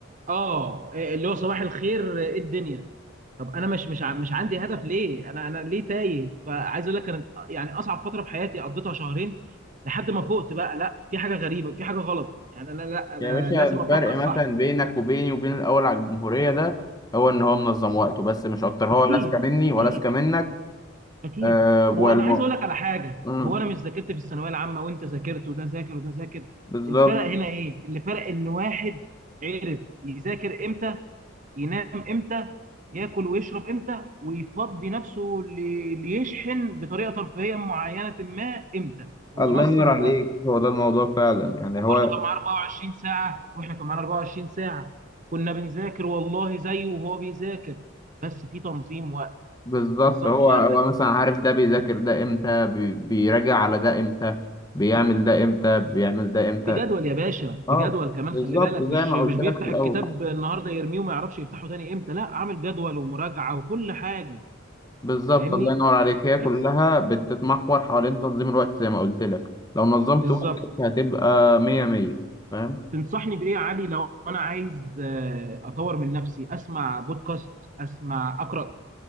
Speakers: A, on the right; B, on the left.
A: اه إيه، اللي هو صباح الخير ايه الدنيا طب انا مش مش ع- مش عندي هدف ليه انا انا ليه تايه فعايز اقول لك كانت يعني اصعب فتره في حياتي قضيتها شهرين لحد ما فقت بقى لا في حاجه غريبه في حاجه غلط يعني انا لا انا
B: يا باشا
A: لازم
B: الفرق
A: افكر
B: مثلا
A: صح
B: بينك وبيني وبين الاول على الجمهوريه ده هو ان هو منظم وقته بس مش اكتر
A: اكيد
B: هو لا اذكى مني
A: اكيد
B: ولا اذكى منك
A: اكيد
B: آه والم...
A: هو انا عايز اقول لك على حاجه
B: مم،
A: هو انا مش ذاكرت في الثانويه العامه وانت ذاكرت وده ذاكر وده ذاكر
B: بالظبط
A: الفرق هنا ايه اللي فرق ان واحد عرف يذاكر امتى ينام امتى ياكل ويشرب امتى ويفضي نفسه ل- ليشحن بطريقه ترفيهيه معينه ما امتى هو
B: الله
A: نظم
B: ينور عليك
A: الوقت
B: هو ده الموضوع فعلا يعني
A: هو
B: هو
A: برضه كان معاه 24 ساعه واحنا كان معانا 24 ساعه كنا بنذاكر والله زيه وهو بيذاكر بس في تنظيم وقت
B: بالظبط
A: نظمت
B: هو
A: وقتك
B: هو مثلا عارف ده بيذاكر ده امتى بي... بيراجع على ده امتى بيعمل ده امتى بيعمل ده امتى
A: بجدول يا باشا
B: اه
A: بجدول كمان
B: بالظبط
A: خلي بالك
B: زي
A: مش
B: ما
A: مش
B: قلت
A: بيفتح
B: لك في الاول
A: الكتاب النهارده يرميه وما يعرفش يفتحه تاني امتى لا عامل جدول ومراجعه وكل حاجه
B: بالظبط
A: فاهمني
B: الله ينور عليك هي كلها
A: بس
B: بتتمحور حوالين تنظيم الوقت زي ما قلت لك لو نظمت
A: بالظبط
B: وقتك هتبقى مية مية فاهم
A: تنصحني بايه يا علي لو انا عايز آه، اطور من نفسي اسمع بودكاست اسمع اقرا